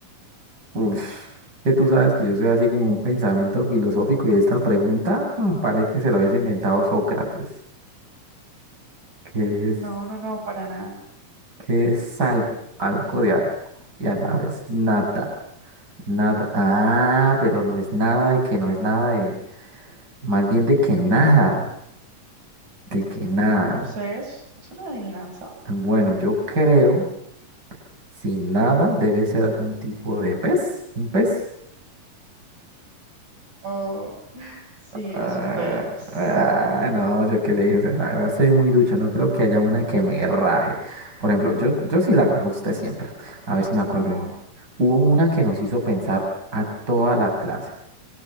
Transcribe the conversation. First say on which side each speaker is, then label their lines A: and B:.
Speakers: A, on the right; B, on the right.
A: Uf, que tú sabes que yo soy así como un pensamiento filosófico y esta pregunta mm, parece que se la hubiese inventado Sócrates. ¿Qué
B: No,
A: es,
B: no, no, para nada.
A: qué es algo? Algo de algo y a la vez nada. Nada. Ah, pero no es nada de que no es nada de. Más bien de que nada. De que nada.
B: No sé, es, es una adivinanza.
A: Bueno, yo creo. Si nada, debe ser algún tipo de pez, un pez.
B: Oh, sí,
A: Ah,
B: es pez.
A: ah, no, yo qué le dije, o sea, la verdad soy muy ducho, no creo que haya una que me raje. Por ejemplo, yo, yo sí la rajo a usted siempre. A ver si me acuerdo
B: A ver,
A: una. Hubo una que nos hizo pensar a toda la clase,